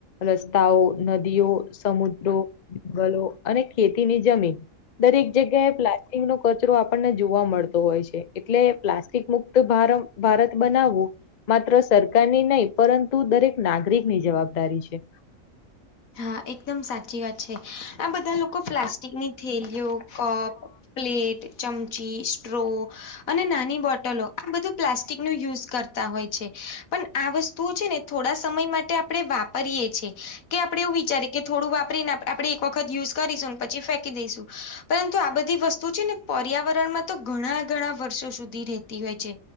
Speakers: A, on the left (about 45°); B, on the left (about 80°).
A: રસ્તાઓ નદીઓ, સમુદ્રો, જંગલો અને ખેતીની જમીન. દરેક જગ્યાએ પ્લાસ્ટિકનો કચરો આપણને જોવા મળતો હોય છે. એટલે પ્લાસ્ટિક મુક્ત તો ભારમ ભારત બનાવવું.. માત્ર સરકારની નહી, પરંતુ દરેક નાગરિકની જવાબદારી છે.
B: હા એકદમ સાચી વાત છે. આ બધાં લોકો પ્લાસ્ટિકની થેલીઓ કપ પ્લેટ, ચમચી, સ્ટ્રો અને નાની બોટલો. આ બધું પ્લાસ્ટ ટીકનું યુઝ કરતા હોય છે. પણ આ વસ્તુઓ છે ને થોડાં સમય માટે આપણે વાપરીએ છીએ. કે આપડે એવું વિચારી કે થોડું વાપરીને આપણે એક વખત યુઝ કરીશું પછી ફેંકી દઈશું. પરંતુ આ બધી વસ્તુ છે ને પર્યાવરણમાં તો ઘણાં ઘણાં વર્ષો સુધી રેતી હોય છે.